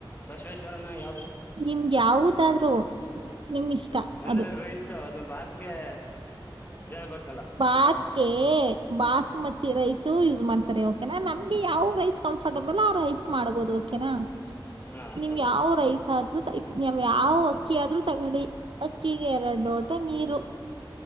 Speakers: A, on the left; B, on the right.
A: ಬಸವೇಶ್ವರನ ಯಾವ್ದು
B: ನಿಮ್ಗೆ ಯಾವವುದಾದ್ರು ನಿಮ್ ಇಷ್ಟ
A: ಅಂದ್ರೆ
B: ಅದು
A: ರೈಸು ಅದು ಬಾತ್ಗೆ ಇದು ಆಗ್ಬೇಕಲ್ಲ
B: ಬಾತ್ಕೆ ಬಾಸ್ಮತಿ ರೈಸ್ ಯೂಸ್ ಮಾಡ್ತಾರೆ ಓಕೆನಾ ನಮ್ಗೆ ಯಾವ ರೈಸ್ ಕಂಫರ್ಟಬಲ್ ಆ ರೈಸ್ ಮಾಡಬಹುದು ಓಕೆನಾ
A: ಹಾ
B: ನೀವು
A: ಓಕೆ
B: ಯಾವ ರೈಸ್ ಆದ್ರೂ ನಾವ್ ಯಾವ್ ಅಕ್ಕಿ ಆದ್ರೂ ತಗೊಳ್ಳಿ ಅಕ್ಕಿಗೆ ಎರಡು ಲೋಟ ನೀರು